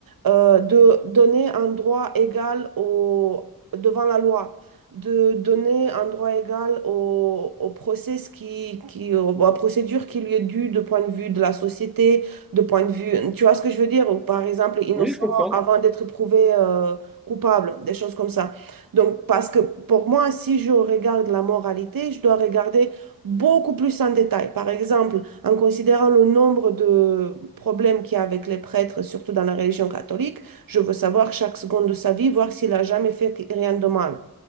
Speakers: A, on the right (about 65°); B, in the centre.
A: euh, de donner un droit égal au, devant la loi de donner un droit égal au, au process qui, qui, au- à la procédure qui lui est due de point de vue de la société, de point de vue, tu vois ce que je veux dire? Ou par exemple, innocent
B: Oui, je comprends.
A: avant d'être prouvé euh, coupable, des choses comme ça. Donc, parce que pour moi, si je regarde la moralité, je dois regarder beaucoup plus en détail. Par exemple, en considérant le nombre de problèmes qu'il y a avec les prêtres, surtout dans la religion catholique, je veux savoir chaque seconde de sa vie, voir s'il a jamais fait rien de mal